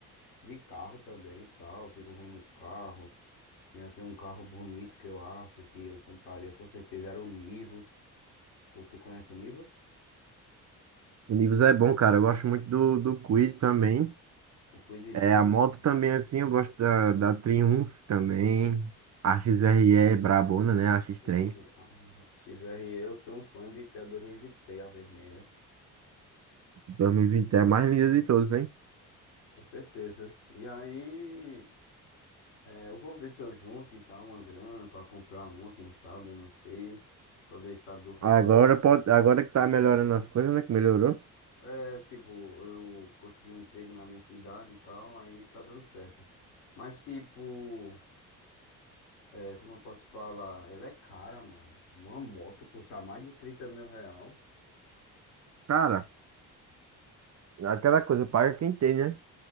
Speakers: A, on the left (about 70°); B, on the right (about 35°).
A: de carro também e tal. Eu fico vendo carros. E assim, um carro bonito que eu acho que eu compraria com certeza era o Nivus. Tu tu conhece o Nivus?
B: O Nivus é bom, cara, eu gosto muito do, do Kwid também.
A: O Quidzinho,
B: É, a moto
A: né?
B: também, assim, eu gosto da, da Triumph também. A XRE é brabona, né? A X3.
A: A X- a XRE, eu tenho um sonho de ter a 2023 a vermelha.
B: 2020 é a mais linda de todos, hein?
A: Com certeza. E aí. É, eu vou ver se eu junto e tal uma grana pra comprar uma, quem sabe, eu não sei. Só Deus sabe do futuro.
B: Agora pode, agora que tá melhorando as coisas, né? Que melhorou.
A: É, tipo, eu consegui um emprego na minha cidade e tal, aí tá dando certo. Mas, tipo, é, como eu posso falar? Ela é cara, mano. Uma moto custa mais de 30 mil real.
B: Cara, Aquela coisa, paga quem tem, né?